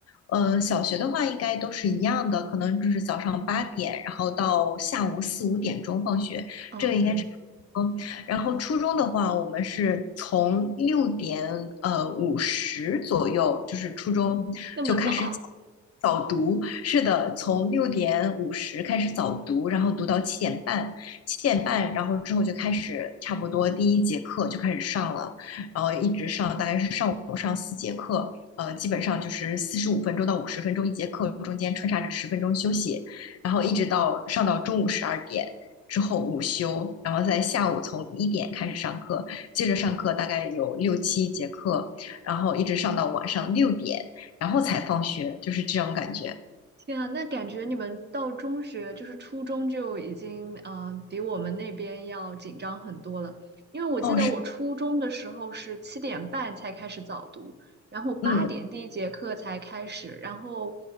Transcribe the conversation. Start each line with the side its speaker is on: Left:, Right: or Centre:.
Left: 呃，小学的话应该都是一样的，可能就是早上八点，然后到下午四五点钟放学，
Right: 嗯，
Left: 这个应该差
Right: 对，
Left: 不多。然后初中的话，我们是从六点呃五十左右，就是初中就开始早
Right: 那么早。<laughs>
Left: 早读，是的，从六点五十开始早读，然后读到七点半。七点半，然后之后就开始差不多第一节课就开始上了，然后一直上，大概是上午上四节课，呃，基本上就是四十五分钟到五十分钟一节课，中间穿插着十分钟休息，然后一直到上到中午十二点。之后午休，然后在下午从一点开始上课，接着上课大概有六七节课，然后一直上到晚上六点，然后才放学，就是这种感觉。
Right: 天啊，那感觉你们到中学，就是初中就已经，嗯、呃，比我们那边要紧张很多了。因为我记得我初中的时候是七点半才开始早读，
Left: 哦，是，
Right: 然后八点第一节课才开始，
Left: 嗯
Right: 然后，